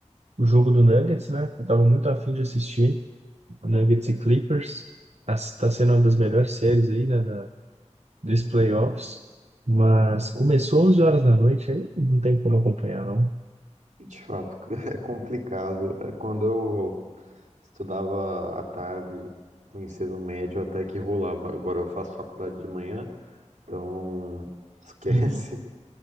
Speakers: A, on the right (about 60°); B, on the right (about 85°).
A: o jogo do Nuggets, né? Eu tava muito afim de assistir, Nuggets e Clippers. As- Tá sendo uma das
B: Hum,
A: melhores séries aí, né, da, dos playoffs. Mas começou 11 horas da noite, aí não tem como acompanhar, não.
B: De fato, <laughs> é complicado. É, Quando eu estudava à tarde no ensino médio, até que rolava. Agora eu faço faculdade de manhã, então esquece.
A: Uhum.
B: <laughs>